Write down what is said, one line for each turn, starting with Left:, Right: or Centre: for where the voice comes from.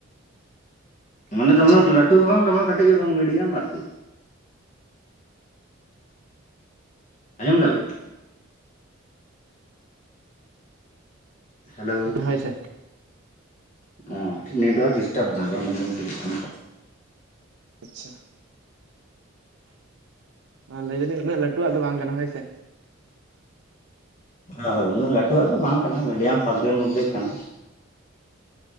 Left: ᱢᱟᱱᱮ
Right: ᱟᱪᱪᱷᱟ
Left: ᱫᱚᱢᱮ ᱞᱟᱴᱩ ᱦᱚᱸ ᱵᱟᱝ ᱫᱚᱢᱮ ᱠᱟᱴᱤᱡ ᱦᱚᱸ ᱵᱟᱝ ᱢᱤᱰᱤᱭᱟᱢ ᱟᱨᱠᱤ᱾ ᱟᱸᱡᱚᱢ ᱫᱟ ᱵᱤᱱ? ᱦᱮᱞᱳ᱾
Right: ᱦᱳᱭ ᱥᱮ
Left: ᱚᱸ ᱱᱮᱴᱣᱟᱨᱠ ᱰᱤᱥᱴᱟᱵ ᱫᱟ ᱵᱟᱝ ᱟᱸᱡᱚᱢ ᱴᱷᱤᱠᱩᱜ ᱠᱟᱱᱟ᱾
Right: ᱟᱪᱪᱷᱟ᱾ ᱞᱟᱹᱭ ᱫᱟᱞᱤᱧ ᱩᱱᱟᱹᱜ ᱞᱟᱴᱩᱣᱟᱜ ᱫᱚ ᱵᱟᱝ ᱠᱟᱱᱟ ᱦᱳᱭ ᱥᱮ᱾
Left: ᱦᱟᱹ ᱩᱱᱟᱹᱜ ᱞᱟᱴᱩᱣᱟᱜ ᱫᱚ ᱵᱟᱝ ᱠᱟᱱᱟ ᱢᱤᱰᱤᱭᱟᱢ ᱥᱟᱫᱽᱫᱷᱮᱨ ᱢᱚᱫᱽᱫᱷᱮ ᱠᱟᱱᱟ᱾